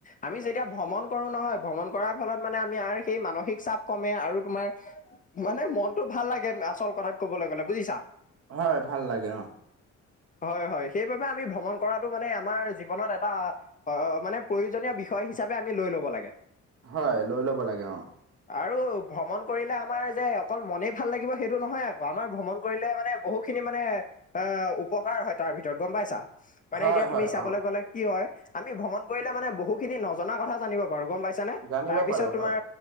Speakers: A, on the left; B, on the right.
A: আমি যেতিয়া ভ্ৰমণ কৰো নহয় ভ্ৰমণ কৰাৰ ফলত মানে আমি সেই মানসিক চাপ ক'মে, আৰু তোমাৰ মানে মনটো ভাল লাগে আচল কথাত কবলৈ গ'লে বুজিছা?
B: হয়, ভাল লাগে অ'।
A: হয়, হয় সেইবাবে আমি ভ্ৰমণ কৰা টো মানে আমাৰ জীৱনত এটা অ' মানে প্ৰয়োজনীয় বিষয় হিচাপে আমি লৈ ল'ব লাগে।
B: হয়, লৈ ল'ব লাগে অঁ।
A: আৰু ভ্ৰমণ কৰিলে আমাৰ যে অকল মনেই ভাল লাগিব সেইটো নহয় আকৌ আমাৰ ভ্ৰমণ কৰিলে মানে বহু খিনি মানে এ উপকাৰ হয় তাৰ ভিতৰত গ'ম পাইছা? মানে
B: হয়
A: এতিয়া তুমি
B: হয়
A: চাবলৈ
B: অ
A: গ'লে কি হয়, আমি ভ্ৰমণ কৰিলে মানে বহু খিনি নজনা কথা জানিব পাৰো গ'ম পাইছ ছানে?
B: জানিব
A: তাৰপিছত
B: পাৰো
A: তোমাৰ
B: হয়